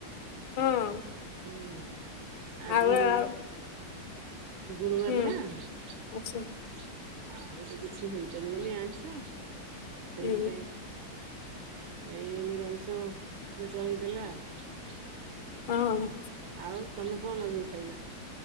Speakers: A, on the left; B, on the right.
A: ହଁ।
B: ହୁଁ ଆଜି
A: ଆଉ ଆଉ
B: ଗୁରୁବାର
A: ହୁଁ
B: ନା। ଆଉ
A: ଆଚ୍ଛା
B: ତ କିଛି ହେଇପାରିବନି ଆଇଁଷ ସେଇଥିପାଇଁ
A: ହୁଁ
B: ଏଇ ନିରାମିଷ ରେ ଚଳେଇ ଦେଲା ଆଉ।
A: ହଁ।
B: ଆଉ ତମେ କଣ ଲଗେଇକି ଖାଇଲ?